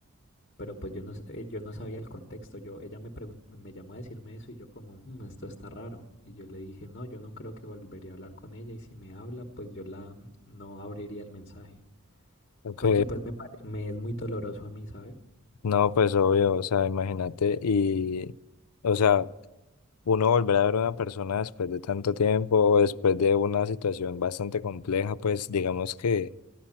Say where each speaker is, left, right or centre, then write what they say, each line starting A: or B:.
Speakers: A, on the left (about 45°); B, on the left (about 80°).
A: pero pues yo no, s- eh, yo no sabía el contexto. Yo, ella me pregun- me llamó a decirme eso y yo como, "Hmm, esto está raro. Y yo le dije, no, yo no creo que volvería a hablar con ella y si me habla, pues yo la no abriría el mensaje,
B: Ok.
A: porque pues me, pare- me es muy doloroso a mí, ¿sabes?
B: No, pues obvio, o sea, imagínate y, o sea, uno volver a ver a una persona después de tanto tiempo o después de una situación bastante compleja, pues digamos que